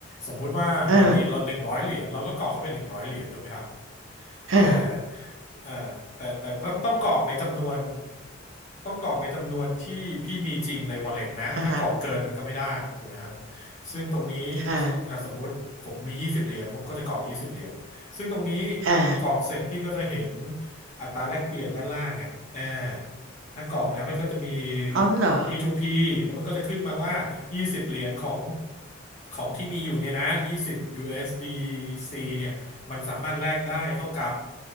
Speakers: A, on the left (about 35°); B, on the right (about 75°).
A: สมมุติว่าเรามีหนึ่งร้อยเหรียญเราก็กรอกเข้าไปหนึ่งร้อยเหรียญถูกไหมครับ
B: เออเออ
A: อ่าอ่าแต่แต่ต้องต้องกรอกในจำนวนต้องกรอกในจำนวนที่พี่มีจริงใน wallet นะถ้ากรอกเกินมันก็ไม่ได้ถูกไหมครับ
B: อะฮะ
A: ซึ่งตรงนี้
B: เออ
A: อ่าสมมุติผมมียี่สิบเหรียญผมก็จะกรอกยี่สิบเหรียญซึ่งตรงนี้
B: อา
A: กรอกเสร็จพี่ก็จะเห็นอัตราแลกเปลี่ยนด้านล่างอ่ะอ่าถ้ากรอกแล้วมันก็จะมี
B: อ๋อเหรอ
A: P2P แล้วมันก็จะขึ้นมาว่ายี่สิบเหรียญของของที่มีอยู่เนี่ยนะ20 USDC เอสดีซีเนี่ย มันสามารถแลกได้เท่ากับ